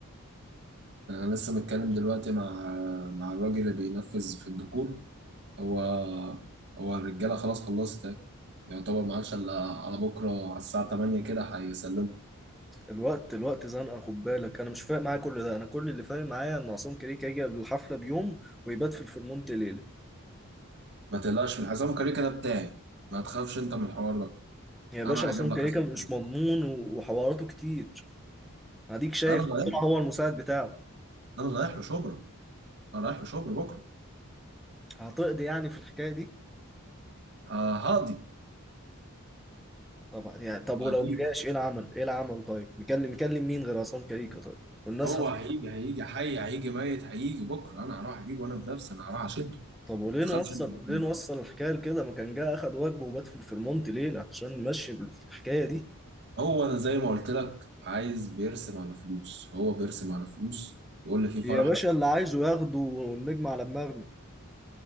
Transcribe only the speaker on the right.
انا لسه متكلم دلوقتي مع مع الراجل اللي بينفذ في الديكور هو هو الرجاله خلاص خلصت يعتبر ما عادش الا على بكره على الساعه 8 كده هيسلموا
ما تقلقش من حسام كاريكا ده بتاعي ما تخافش انت من الحوار ده
انا
هجيب لك
حسام
كاريكا.
انا رايح
انا رايح له شبرا انا رايح له شبرا بكره
ه- هقضي
هجيب
هو
هيجي هيجي حي هيجي ميت هيجي بكره انا هروح اجيبه وانا بنفسي انا هروح اشده ما
تخافش
انت من
الحوار
ده
هو انا زي ما قلت لك عايز بيرسم على فلوس هو بيرسم على فلوس يقول لي في فرح